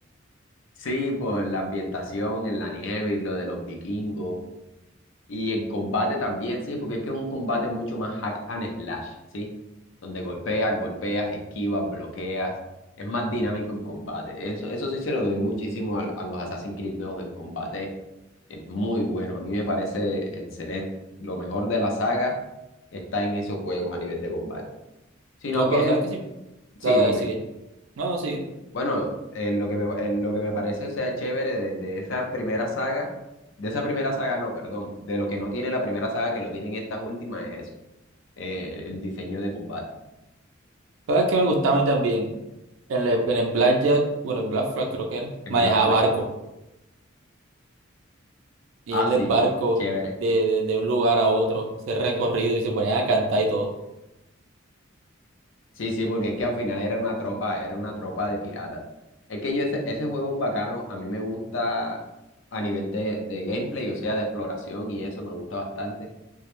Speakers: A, on the left; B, on the right.
A: Sí, por la ambientación en la nieve y lo de los vikingos. Y en combate también, sí, porque es que es un combate mucho más hack and slash, ¿sí? Donde golpeas, golpeas, esquivas, bloqueas. Es más dinámico el combate. Eso, eso sí se lo doy muchísimo a, a los Assassin's Creed nuevos. El combate es muy bueno. A mí me parece excelente. Lo mejor de la saga está en esos juegos a nivel de combate. Sino
B: No,
A: que,
B: pero sabes que sí,
A: sí,
B: sabes,
A: dime.
B: sigue. No, no sigue.
A: Bueno, en lo que me, en lo que me parece o sea chévere de, de esa primera saga, de esa primera saga no, perdón, de lo que no tiene la primera saga que lo tienen estas últimas es eso, eh, el, el diseño de combate
B: Sabes que me gustaba a mí también. En el, en el Blackjack, o en el Black Flag creo que era,
A: en
B: manejaba
A: Black Flag.
B: barco. Y
A: Ah,
B: en
A: sí,
B: el barco
A: chévere.
B: de, de, de un lugar a otro, ese recorrido y se ponían a cantar y todo.
A: Sí, sí, porque es que al final era una tropa, era una tropa de piratas. Es que yo ese, ese juego es bacano, a mí me gusta a nivel de, de gameplay, o sea, de exploración y eso, me gusta bastante.